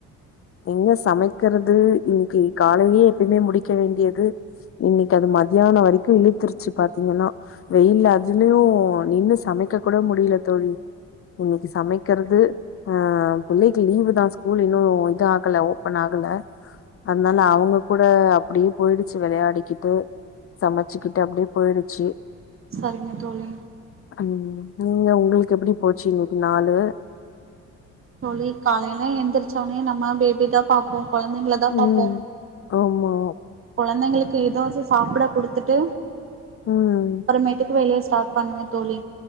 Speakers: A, on the left (about 45°); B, on the right (about 45°).
A: எங்க சமைகுறது இனிக்கி காலைலயே எப்பயுமே முடிக்க வேண்டியது இனிக்கு அது மதியான வரைக்கு இழுத்துருச்சு பாத்தீங்கனா வெயில்ல அதுலயு நின்னு சமைக்க கூட முடி ல தோழி இன்னிக்கி சமைக்கிறது அ பிள்ளை இனிக்கி லீவு தா ஸ்கூலு இன்னு இது ஆகல ஓபன் ஆகல அதனால அவங்க கூ ட அப்டியே போய்டுச்சு விளையாடிகிட்டு சமச்சுகுட்டு அப்டியே போய்டுச்சு
B: சரிங்க தோழி
A: ம் நீங்க உங்களுக்கு எப்டி போச்சு இனிக்கி நாளு
B: தோழி காலைல எந்திரிச்ச உடனே நம்ம பேபி தா பாப்போ கொழந்தைங்கள தா பாப்போ
A: ம். ஆமா
B: கொழந்தைங்களுக்கு எதாவது சாப்ட குடுத்துட்டு
A: ம்.
B: அப்புறமேட்டுக்கு வெளிய ஸ்டார்ட் பண்ணுவ தோழி